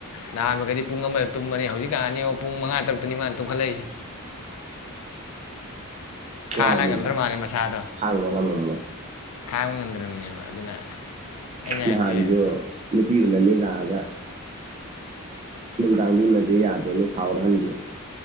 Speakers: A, on the left; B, on the right.
A: ꯅꯍꯥꯟ ꯃꯈꯈꯩꯗꯤ ꯄꯨꯡ ꯑꯃꯗ ꯇꯨꯝꯕꯅꯤ ꯍꯧꯖꯤꯛꯀꯥꯟꯅꯤ ꯌꯦꯉꯛ ꯄꯨꯡ ꯃꯉꯥ ꯇꯔꯨꯛꯇꯅꯤ ꯃꯥꯅ ꯇꯨꯝꯈꯠꯂꯛꯏꯦ ꯈꯥꯡ
B: ꯋꯥꯕꯅꯤꯗ
A: ꯂꯥꯡ ꯉꯝꯗ꯭ꯔ ꯃꯥꯜꯂꯦ ꯃꯁꯥꯗꯣ
B: ꯊꯪꯂꯗ ꯃꯃ
A: ꯈꯥꯡꯕ ꯉꯝꯗ꯭ꯔꯕꯅꯦꯕ ꯑꯗꯨꯅ ꯑꯩꯅ
B: ꯅꯍꯥꯟꯁꯨ
A: ꯍꯥꯏꯁꯦ
B: ꯅꯨꯄꯤꯗꯨꯅꯅꯤ ꯂꯥꯛ ꯑꯗ ꯅꯨꯡꯗꯥꯡꯁꯨ ꯎꯟꯅꯁꯦ ꯌꯥꯗꯦꯅ ꯁꯥꯎꯔꯒ ꯍꯟꯒꯦ